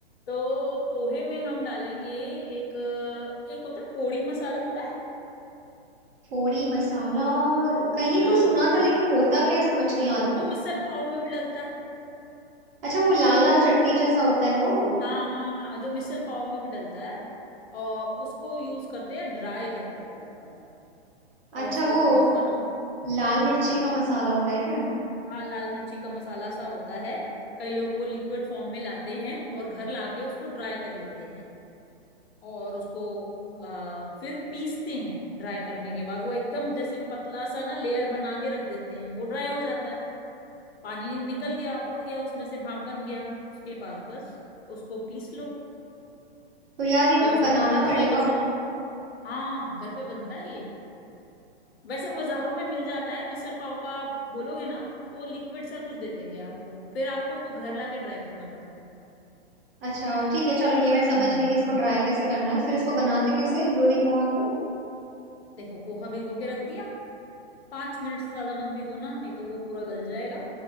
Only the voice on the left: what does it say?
तो पोहे में हम डालेंगे एक एक होता है पोड़ी मसाला सुना है
हाँ
जो
मिसल पाव में भी डलता है
हाँ हाँ हाँ जो मिसल पाव में भी डलता है और उसको यूज करते हैं ड्राई करके अगर हम लोग।
और उसको
थोड़ा सा हम
हाँ
हाँ लाल मिर्ची का मसाला सा होता है कई लोग वो लिक्विड फॉर्म में लाते हैं और घर लाके उसको ड्राई कर लेते हैं और उसको आ, फिर पीसते हैं ड्राई करने के बाद वो एकदम जैसे पतला सा ना लेयर बना के रख देते हैं वो ड्राई हो जाता है पानी निकल गया उड़ गया उसमें से भाप बन गया उसके बाद बस उसको पीस लो
या
उसको
हाथ
से ही मसल लो हाँ घर पे बनता है ये वैसे बाजारों में मिल जाता है मिसल पाव का बोलोगे ना तो वो लिक्विड सा कुछ दे देंगे आपको फिर आपको उसको घर लाके ड्राई करना पड़ता है
हम्म
देखो पोहा भिगो के रख दिया पांच मिनट से ज्यादा मत भिगोना नहीं तो वो पूरा गल जाएगा